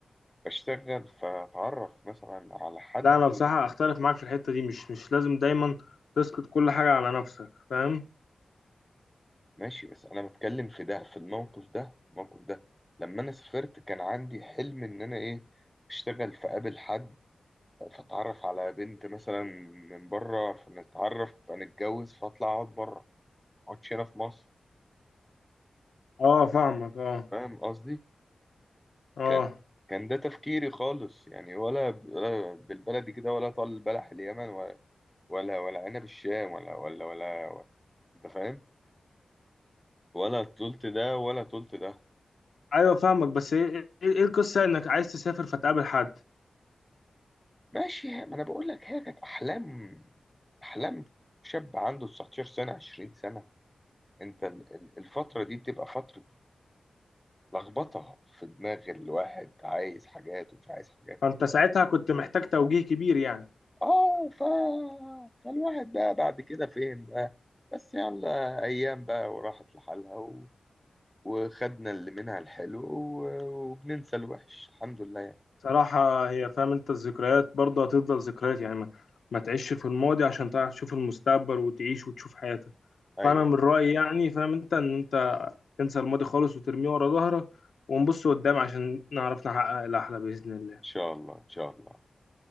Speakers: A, in the centre; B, on the left.
A: بشتغل فاتعرف مثلا على حد
B: لا انا بصراحه اختلف معاك في الحته دي مش مش لازم دايما تسقط كل حاجه على نفسك فاهم
A: ماشي بس انا بتكلم في ده في الموقف ده الموقف ده لما انا سافرت كان عندي حلم ان انا ايه اشتغل في قابل حد فتعرف على بنت مثلا من بره فنتعرف فنتجوز فاطلع اقعد بره ما اقعدش هنا في مصر
B: اه فاهمك اه
A: فاهم قصدي
B: اه
A: كان كان ده تفكيري خالص يعني ولا ب- ولا بالبلدي كده ولا طال البلح اليمن ولا ولا ولا عنب الشام ولا ولا ولا, ولا. انت فاهم ولا طولت ده ولا طولت ده
B: ايوه فاهمك بس ايه إيه- إيه القصه انك عايز تسافر فتقابل حد
A: ماشي ما انا بقول لك هي كانت احلام احلام شاب عنده 19 سنه 20 سنه انت ال- ال- الفتره دي بتبقى فتره لخبطة في دماغ الواحد عايز حاجات ومش عايز حاجات
B: فانت ساعتها كنت محتاج توجيه كبير يعني
A: اه ف... فالواحد بقى بعد كده فين بقى بس يلا ايام بقى وراحت لحالها و... وخدنا اللي منها الحلو و... وبننسى الوحش الحمد لله يعني.
B: صراحة هي فاهم انت الذكريات برضه هتفضل ذكريات يعني ما, ما تعيش في الماضي عشان تعرف تشوف المستقبل وتعيش وتشوف حياتك
A: ايوه
B: فأنا من رأيي يعني فاهم انت ان انت تنسى الماضي خالص وترميه ورا ظهرك ونبص قدام عشان نعرف نحقق الأحلى بإذن الله
A: ان شاء الله ان شاء الله